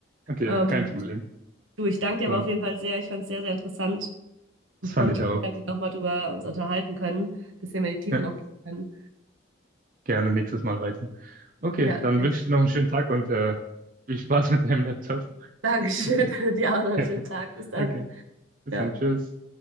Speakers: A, on the right; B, on the right.
A: okay,
B: Ähm,
A: kein Problem.
B: du, ich danke dir
A: Dann,
B: aber auf jeden Fall sehr. Ich fand es sehr, sehr interessant und
A: das
B: freue
A: fand
B: mich,
A: ich auch.
B: wenn wir nochmal drüber uns unterhalten können, bisschen mehr in die Tiefe
A: Ja,
B: noch gehen können.
A: gerne nächstes Mal weiter. Okay,
B: Ja,
A: dann
B: sehr
A: wünsche
B: gerne.
A: ich dir noch einen schönen Tag und äh, viel Spaß mit deinem Laptop.
B: Dankeschön.
A: <laughs>
B: <laughs> Dir auch noch einen
A: Okay,
B: schönen Tag. Bis dann.
A: okay. Bis
B: Ciao.
A: dann, tschüss.